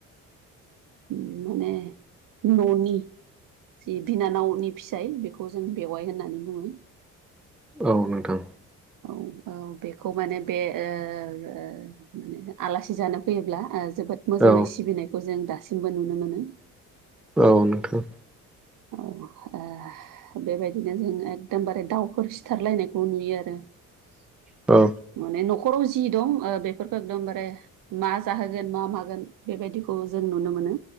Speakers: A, on the right (about 50°); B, in the centre.
A: उम माने न'नि जि बिनानावनि फिसाय बेखौ जों बेवाइ होननानै बुङो
B: औ नोंथां
A: औ औ बेखौ माने बे माने आलासि जानो फैयोब्ला जोबोद मोजाङै
B: औ
A: सिबिनायखौ जों दासिमबो नुनो मोनो
B: औ नोंथां
A: औ आ बेबायदिनो जों एकदमबारे दाउफोर सिथारलायनायखौ नुयो आरो
B: औ
A: माने न'खराव जि दं बेफोरखौ एकदमबारे मा जाहोगोन मा मागोन बेबायदिखौ जों नुनो मोनो